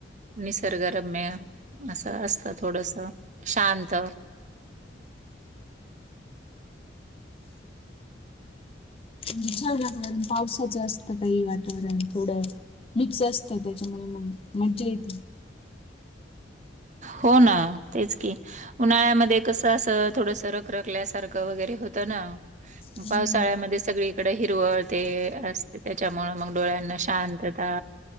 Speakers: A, on the right; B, on the left.
A: निसर्गरम्य असं असत थोडस शांत
B: वि ार वातावरण पावसाचं असतं काही वातावरण थोडं मिक्स असत त्याच्यामुळे मग मज्जा येत
A: हो ना तेच की उन्हाळ्यामध्ये कसं असं थोडस रखरखल्यासारखं वगैरे होतं ना
B: हम्म.
A: पावसाळ्यामध्ये सगळीकडे हिरवळ ते असते त्याच्यामु मग डोळ्यांना शांत आता